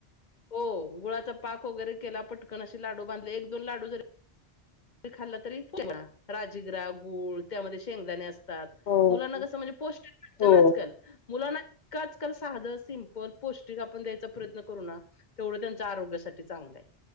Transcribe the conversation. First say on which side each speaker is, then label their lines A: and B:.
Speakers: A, on the left (about 45°); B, on the left (about 80°).
A: गुळा पाक वगैरे केला पटकन असे लाडू बांधले, एक- दोन लाडू ज- खाल्ला, तरी राजीगरा, गूळ, त्यामध्ये शेंगदाणे अस-
B: हो
A: मुलांना
B: हो
A: कस म्हणजे, पौष्टीक भेटतं
B: हो
A: ना, आजकाल मुलांना आजकाल साधं सिमपल पौष्टिक आपण द्यायचा प्रयत्न करू ना, तेवढं त्यांच आरोग्यासाठी चांगलं आहे,